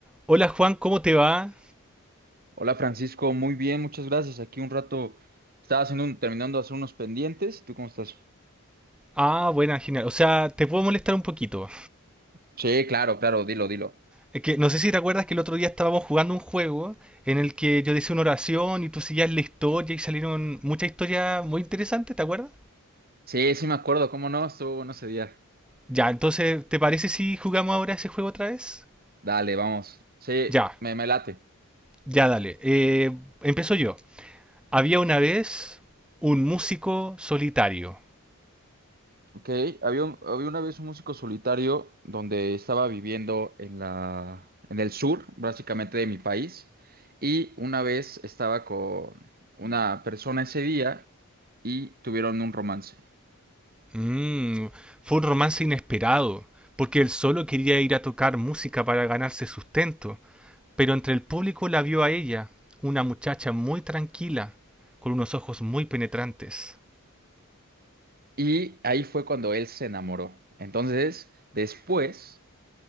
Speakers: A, in the centre; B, on the right (about 45°).
A: Hola Juan, ¿cómo te va?
B: Hola Francisco, muy bien, muchas gracias. Aquí un rato estaba haciendo un- terminando de hacer unos pendientes. ¿Tú cómo estás?
A: Ah, buena, genial. O sea, te puedo molestar un poquito.
B: Sí, claro, claro, dilo, dilo.
A: Es que no sé si te acuerdas que el otro día estábamos jugando un juego en el que yo decía una oración y tú seguías la historia y salieron muchas historias muy interesantes, ¿te acuerdas?
B: Sí, sí me acuerdo, cómo no, estuvo bueno ese día.
A: Ya, entonces, ¿te parece si jugamos ahora ese juego otra vez?
B: Dale, vamos. Sí,
A: Ya,
B: me, me late.
A: ya dale. Eh, empiezo yo. Había una vez un músico solitario.
B: Ok, había, un- había una vez un músico solitario donde estaba viviendo en la, en el sur, básicamente de mi país, y una vez estaba con una persona ese día y tuvieron un romance.
A: Mm, fue un romance inesperado, porque él solo quería ir a tocar música para ganarse sustento. pero entre el público la vio a ella, una muchacha muy tranquila, con unos ojos muy penetrantes.
B: Y ahí fue cuando él se enamoró. Entonces, después,